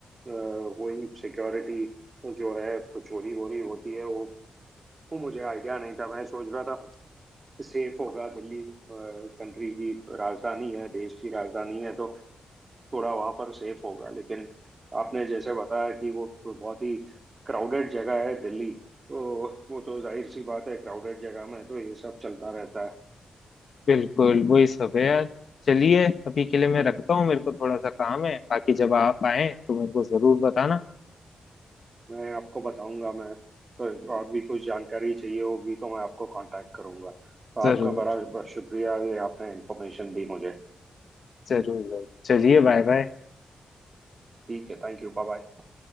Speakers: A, on the right; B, on the left.
A: अ, वही सिक्योरिटी जो है तो चोरी वोरी होती है वो वो मुझे आइडिया नहीं था मैं सोच रहा था सेफ होगा दिल्ली कंट्री की राजधानी है देश की राजधानी है तो थोड़ा वहां पर सेफ होगा लेकिन आपने जैसे बताया कि वो तो बहुत ही क्राउडेड जगह है दिल्ली तो वो तो जाहिर सी बात है क्राउडेड जगह में तो ये सब चलता रहता
B: बिल्कुल वही सब है यार चलिए अभी के लिए मैं
A: है
B: रखता हूँ मेरे को थोड़ा सा काम है बाकी जब आप आए तो मेरे को जरूर बताना
A: मैं आपको बताऊंगा मैं पर और भी कुछ जानकारी चाहिए होगी तो मैं आपको कांटेक्ट करूंगा तो आपका
B: जरूर
A: बड़ा बड़ा शुक्रिया ये आपने इंफॉर्मेशन दी मुझे
B: जरूर जरूर चलिए बाय बाय
A: ठीक है Thank you Bye bye